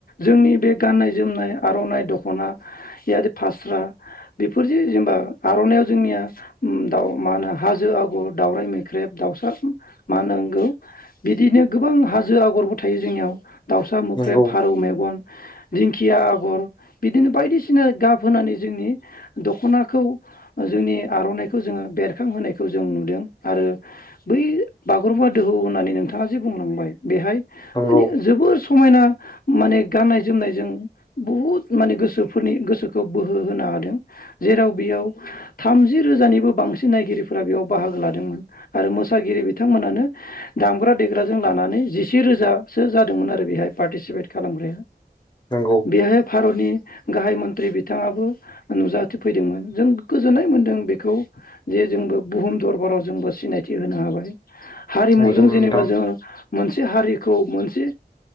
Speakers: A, on the left; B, on the left.
A: जोंनि बे गाननाय जोमनाय आर'नाइ दख'ना जि फास्रा बेफोरजों जेनेबा आर'नायइाव जोंनिया दाउ मा होनो हाजो आग'र दावराइ मैख्रेब दाउसा मा होनगौ बिदिनो गोबां हाजो आगरबो थायो जोंनियाव दाउसा मोख्रेब
B: नंगौ
A: फारौ मेगन दिंखिया आगर बिदिनो बायदिसिना गाब होनानै जोंनि दख'नाखौ जोंनि आर'नाइखौ जोङो बेरखांहोनायखौ जों नुदों आरो बै बागुरुम्बा दोहौ होननानै नोंथाङा जे बुंलांबाय बेहाय
B: नंगौ
A: मान जोबोर समायना माने गाननाय जोमनायजों बुहुत माने गोसो फोरनि गोसोखौ बोहो होनो हादों जेराव बेयाव थामजि रोजानिबो बांसिन नायगिरिफोरा बेयाव बाहागो लादोंमोन आरो मोसागिरि बिथांमोनानो दामग्रा देग्राजों लानानै जिसे रोजासो जादोंमोन आरो बेहाय पार्टिसिपेट खालामग्राया
B: नंगौ
A: बेहाय भारतनि गाहाय मन्थ्रि बिथाङाबो नुजाथिफैदोंमोन जों गोजोननाय मोनदों बेखौ जे जोंबो बुहुम दरबाराव जोंबो सिनायथि होनो हाबाय हारिमुजों
B: नंगौ नोंथां
A: जेनेबा जोङो मोनसे हारि खौ मोनसे